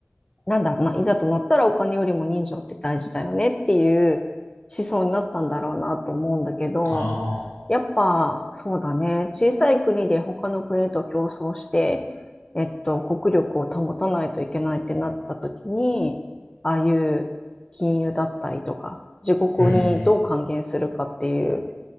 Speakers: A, on the left; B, on the left.
A: なんだろうな、いざとなったらお金よりも人情って大事だよねっていう思想になったんだろうなと思うんだけど、
B: ああ、
A: やっぱ、そうだね。小さい国で他の国と競争して、えっと、国力を保たないといけないってなった時に、ああいう金融だったりとか、自国にどう還元するかっていう
B: うんうんう